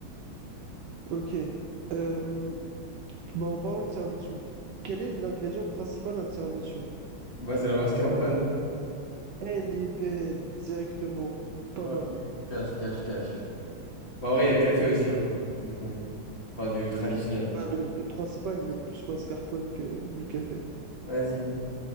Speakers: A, on the right; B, on the left.
A: Ok. Euh, Bah, en parlant de tiramisu, quel est l'ingrédient principal d'un tiramisu?
B: Bah, c'est la mascarpone.
A: Elle est belle, directement. Pas
B: Ok,
A: mal.
B: cache, cache, cache. Bah, en vrai, il y a le café aussi, hein, du coup. Enfin, du traditionnel.
A: Ouais, mais, mais principal, ils mettent plus mascarpone que du café.
B: Vas-y.